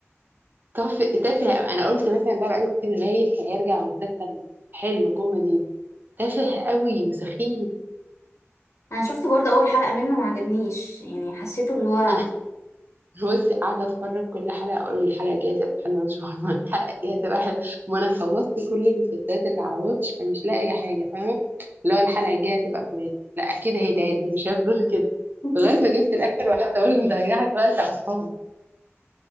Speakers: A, on the right; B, on the left.
A: تافه تافه أوي. انا قلت مثلا بقى بقاله كتير غايب فهيرجع مسلسل حلو كوميدي تافه قوي وسخيف
B: انا شفت برضه اول حلقه منه ما عجبنيش يعني حسيته اللي هو
A: انا <laughs> بصي قاعده اتفرج كل حلقه اقول الحلقه الجايه هتبقى حلوه ان شاء الله الحلقه الجايه هتبقى حلوه ما انا خلصت كل المسلسلات اللي على واتش فمش لاقيه حاجه فاهمه اللي هو الحلقه الجايه هتبقى كويسه لا اكيد هيتعادل مش هفضل كده
B: <laughs>
A: لغايه ما جبت الاخر وقعدت اقول إن ضيعت وقت على الفاضي